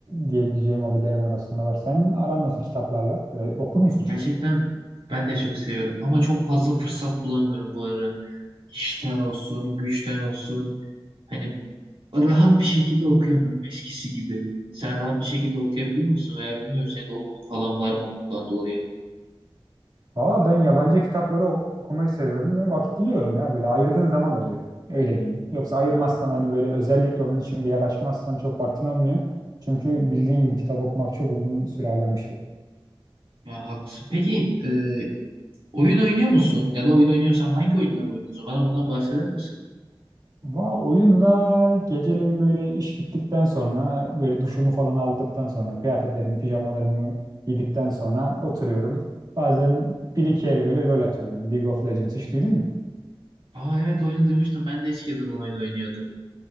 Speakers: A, on the right; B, on the right.
A: diyebileceğim hobilerim arasında var. Senin aran nasıl kitaplarla? E, okur musun çok?
B: Gerçekten ben de çok seviyorum ama çok fazla fırsat bulamıyorum bu ara. İşten olsun, güçten olsun. Hani rahat bir şekilde okuyamıyorum eskisi gibi. Sen rahat bir şekilde okuyabiliyor musun? Veya bilmiyorum senin de okulun falan var mı okuldan dolayı?
A: Valla ben yabancı kitapları ok- okumayı seviyorum ve vakit buluyorum ya. Böyle ayırdığın zaman oluyor. Öyle diyeyim. Yoksa ayırmazsan hani böyle özellikle onun için bir yer açmazsan çok vaktin olmuyor. Çünkü bildiğin gibi kitap okumak çok uzun süre alan bir şey.
B: Ya haklısın. Peki e, oyun oynuyor musun? Ya da oyun oynuyorsan hangi oyunlar oynuyorsun? Bana bundan bahseder misin?
A: Va oyunda geceleyin böyle iş bittikten sonra böyle duşumu falan aldıktan sonra kıyafetlerimi pijamalarımı giydikten sonra oturuyorum. Bazen bir iki el böyle LOL atıyorum. League of Legends hiç duydun mu?
B: Aa evet oyunu duymuştum. Ben de eskiden oyun oynuyordum.